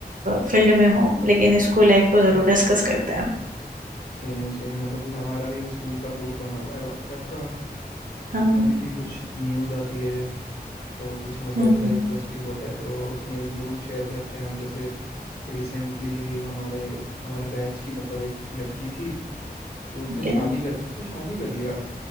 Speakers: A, on the right; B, on the left.
A: फील्ड में हो लेकिन स्कूल लाइफ को ज़रूर डिस्कस करते हैं
B: सेम सेम मतलब भी हमारा भी एक स्कूल का ग्रुप बना हुआ है व्हाट्सएप का
A: हाँ
B: तो कभी भी कुछ न्यूज़ आती है तो कुछ मतलब
A: हम्म
B: ऐसा इंटरेस्टिंग होता है तो उसमें ज़रूर शेयर करते हैं हम जैसे रिसेंटली हमारे हमारे बैच की मतलब एक लड़की थी तो उसने
A: ओके
B: शादी कर उसने शादी कर लिया